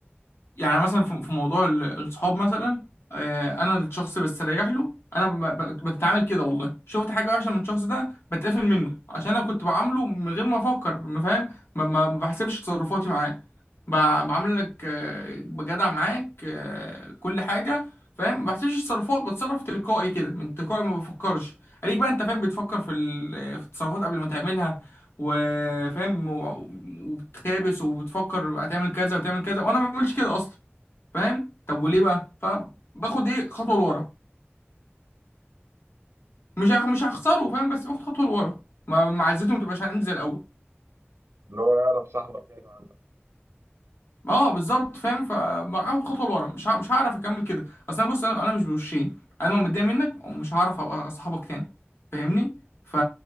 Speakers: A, on the left; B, on the right.
A: يعني مثلا في في موضوع ال- الصحاب مثلا آه، انا الشخص بستريح له انا ب- ب- بتعامل كده والله شفت حاجه وحشه من الشخص ده بتقفل منه عشان انا كنت بعامله من غير ما افكر ما فاهم ما, ما ما بحسبش تصرفاتي معاه ب- بعاملك آه، بجدع معاك آه، كل حاجه فاهم ما بحسبش تصرفات بتصرف تلقائي كده من تلقائي ما بفكرش عليك بقى انت فاهم بتفكر في ال- في التصرفات قبل ما تعملها وفاهم وبتخابس وبتفكر هتعمل كذا وتعمل كذا وانا ما بعملش كده اصلا فاهم طب وليه بقى فباخد ايه خطوه لورا مش هخ- مش هخسره فاهم بس باخد خطوه لورا ما ما عزته ما تبقاش عندي زي الاول
B: اللي هو يعرف صاحبك يعني
A: اه بالظبط فاهم فاخد خطوه لورا مش ه- مش هعرف اكمل كده اصل انا بص انا أنا مش بوشين انا لو متضايق منك مش هعرف ابقى صاحبك تاني فاهمني ف...